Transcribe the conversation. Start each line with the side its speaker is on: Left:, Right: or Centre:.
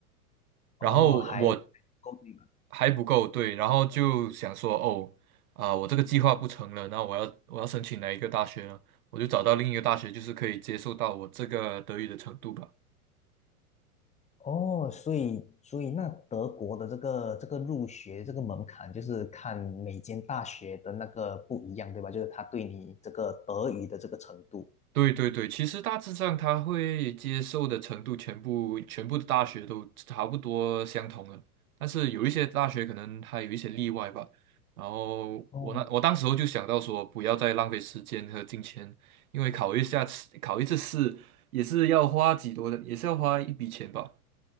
Right: 然后我
Left: 哦，还够对吧？
Right: 还不够，对，然后就想说，哦，啊，我这个计划不成了，那我要我要申请哪一个大学呢？我就找到另一个大学，就是可以接受到我这个德语的程度吧。
Left: 哦，所以所以那德国的这个这个入学这个门槛，就是看每间大学的那个不一样，对吧？就是他对你这个德语的这个程度。
Right: 对对对，其实大致上他会接受的程度，全部全部的大学都差不多相同了，但是有一些大学可能它有一些例外吧。然后我那我当时候就想到说，
Left: 哦，
Right: 不要再浪费时间和金钱，因为考一下次考一次试也是要花几多的，也是要花一笔钱吧。